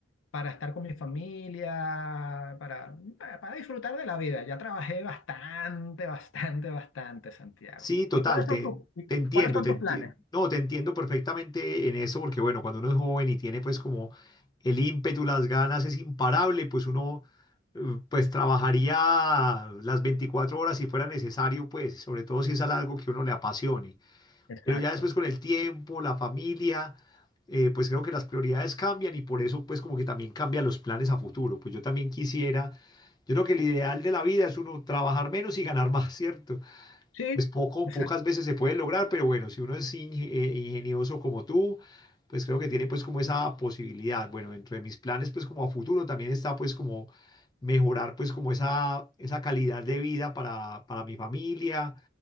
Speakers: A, on the left; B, on the left.
A: para estar con mi familia, para, ah, para disfrutar de la vida. Ya trabajé bastante, bastante, bastante, Santiago.
B: Sí, total,
A: ¿Y cuáles son
B: te,
A: tus, y
B: te entiendo,
A: cuáles son
B: te
A: tus
B: entiendo,
A: planes?
B: no, te entiendo perfectamente en eso, porque bueno, cuando uno es joven y tiene pues como el ímpetu, las ganas, es imparable, pues uno eh, pues trabajaría las 24 horas si fuera necesario, pues, sobre todo si es algo que uno le apasione.
A: Exacto.
B: Pero ya después con el tiempo, la familia, eh, pues creo que las prioridades cambian y por eso pues como que también cambian los planes a futuro. Pues yo también quisiera, yo creo que el ideal de la vida es uno trabajar menos y ganar más, <laughs> ¿cierto?
A: Sí,
B: Pues poco,
A: exacto.
B: pocas veces se pueden lograr, pero bueno, si uno es inge- eh, ingenioso como tú, pues creo que tiene pues como esa posibilidad. Bueno, dentro de mis planes pues como a futuro también está pues como mejorar pues como esa, esa calidad de vida para, para mi familia,